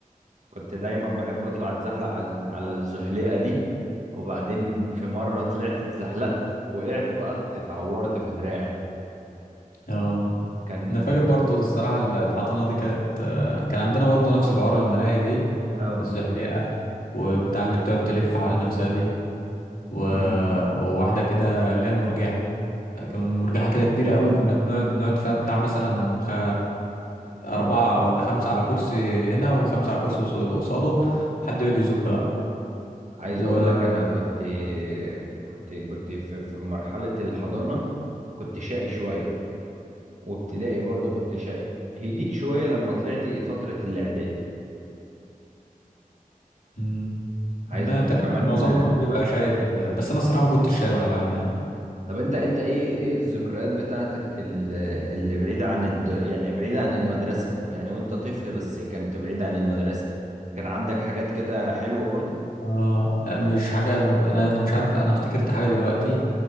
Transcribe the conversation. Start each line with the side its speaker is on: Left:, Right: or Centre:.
Right: كنت دايما بحب اطلع اتزحلق على على الزحليقه دي وبعدين في مره طلعت اتزحلقت وقعت بقى اتعورت في دراعي
Left: اه
Right: كان
Left: انا فاكر
Right: كنت
Left: برضو الصراحه ال- الحضانه دي كانت آه، كان عندنا برضو نفس الحوار الملاهي دي
Right: اه
Left: الزحليقه وبتاع اللي بتقعد تلف حوالين نفسها دي و...
Right: امم
Left: وواحده كده اللي هي المرجحه كان مرجحة كده كبيرة قوي كنا بنقعد بنقعد فيها بتاع مثلا خ... أربعة ولا خمسة على كرسي هنا وخمسة على كرسي قص- اللي قصاده وحد يقعد يزق بقى
Right: عايز
Left: و
Right: اقول لك انا كنت كنت كنت في في مرحله الحضانه كنت شقي شويه وابتدائي برضه كنت شقي هديت شويه لما طلعت فتره الاعدادي
Left: مم.
Right: عايز
Left: هنا تقريبا
Right: كمان
Left: معظمنا
Right: آه،
Left: بيبقى شايف ال... بس أنا الصراحة ما كنتش شايف ولا حاجة يعني
Right: طب انت انت ايه ايه الذكريات بتاعتك ال- اللي بعيده عن الد... يعني بعيده عن المدرسه يعني وانت طفل بس كنت بعيد عن المدرسه كان عندك حاجات كده حلوه برضه
Left: آه مش حاجة أنا أنا مش عارف أنا افتكرت حاجة دلوقتي